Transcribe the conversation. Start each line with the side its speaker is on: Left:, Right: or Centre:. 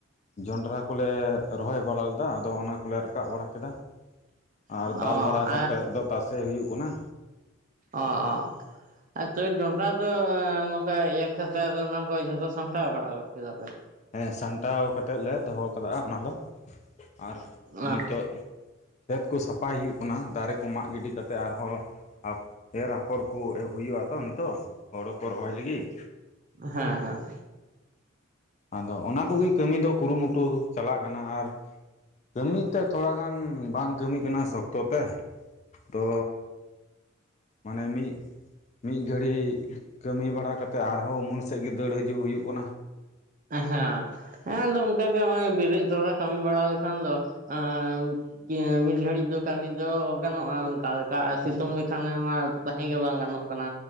Left: ᱡᱚᱸᱰᱨᱟ ᱠᱚᱞᱮ ᱨᱚᱦᱚᱭ ᱵᱟᱲᱟ ᱞᱮᱫᱟ ᱟᱫᱚ ᱚᱱᱟ ᱠᱚᱞᱮ ᱨᱟᱠᱟᱵ ᱵᱟᱲᱟ ᱠᱮᱫᱟ। ᱟᱨ
Right: ᱚ
Left: ᱫᱟᱞ ᱵᱟᱲᱟ ᱠᱟᱛᱮᱫ
Right: ᱟᱨ
Left: ᱫᱚ ᱛᱟᱥᱮ ᱦᱩᱭᱩᱜ ᱠᱟᱱᱟ।
Right: ᱚ ᱚ ᱟᱨ ᱛᱚᱵᱮ ᱡᱚᱱᱰᱨᱟ ᱫᱚ ᱱᱚᱝᱠᱟ ᱮᱨ ᱠᱟᱛᱮ ᱫᱚ ᱚᱱᱟ ᱠᱚ ᱡᱷᱚᱛᱚ ᱥᱟᱢᱴᱟᱣ ᱵᱟᱲᱟ ᱜᱚᱫ ᱠᱮᱫᱟ ᱯᱮ
Left: ᱦᱮᱸ ᱥᱟᱢᱴᱟᱣ ᱠᱟᱛᱮᱜ ᱞᱮ ᱫᱚᱦᱚ ᱠᱟᱫᱟ ᱚᱱᱟ ᱫᱚ ᱟᱨ
Right: ᱚ
Left: ᱱᱤᱛᱚᱜ ᱠᱷᱮᱛ ᱠᱚ ᱥᱟᱯᱷᱟᱭ ᱦᱩᱭᱩᱜ ᱠᱟᱱᱟ ᱫᱟᱨᱮ ᱠᱚ ᱢᱟᱜ ᱜᱤᱰᱤ ᱠᱟᱛᱮ ᱟᱨᱦᱚᱸ ᱮᱨ ᱟᱯᱷᱚᱨ ᱠᱚ ᱦᱩᱭᱩᱜᱼᱟ ᱛᱚ ᱱᱤᱛᱚᱜ ᱦᱳᱲᱳ ᱠᱚ ᱨᱚᱦᱚᱭ ᱞᱟᱹᱜᱤᱫ
Right: ᱦᱮᱸ ᱦᱮᱸ
Left: ᱟᱫᱚ ᱚᱱᱟ ᱠᱚᱜᱮ ᱠᱟᱹᱢᱤ ᱫᱚ ᱠᱩᱨᱩ ᱢᱩᱴᱩ ᱪᱟᱞᱟᱜ ᱠᱟᱱᱟ ᱟᱨ ᱠᱟᱹᱢᱤ ᱛᱮ ᱛᱷᱚᱲᱟ ᱜᱟᱱ ᱵᱟᱝ ᱠᱟᱹᱢᱤ ᱠᱟᱱᱟ ᱥᱚᱠᱛᱚ ᱛᱮ ᱛᱚ ᱢᱟᱱᱮ ᱢᱤᱫ ᱢᱤᱫ ᱜᱷᱟᱹᱲᱤᱡ ᱠᱟᱹᱢᱤ ᱵᱟᱲᱟ ᱠᱟᱛᱮ ᱟᱨᱦᱚᱸ ᱩᱢᱩᱞ ᱥᱮᱫ ᱜᱮ ᱫᱟᱹᱲ ᱦᱤᱡᱩᱜ ᱦᱩᱭᱩᱜ ᱠᱟᱱᱟ
Right: ᱦᱮᱸ᱾ ᱦᱮᱸ ᱟᱫᱚ ᱚᱱᱠᱟᱜᱮ ᱱᱚᱜ-ᱚᱭ ᱵᱮᱨᱮᱫ ᱛᱚᱨᱟ ᱠᱟᱹᱢᱤ ᱵᱟᱲᱟ ᱞᱮᱠᱷᱟᱱ ᱫᱚ ᱮᱸ ᱢᱤᱫ ᱜᱷᱟᱹᱲᱤᱡ ᱫᱚ ᱠᱟᱹᱢᱤ ᱫᱚ ᱜᱟᱱᱚᱜᱼᱟ ᱚᱱᱠᱟ ᱞᱮᱠᱟ ᱥᱤᱛᱩᱝ ᱞᱮᱠᱷᱟᱱᱮ ᱢᱟ ᱛᱟᱦᱮᱸ ᱜᱮ ᱵᱟᱝ ᱜᱟᱱᱚᱜ ᱠᱟᱱᱟ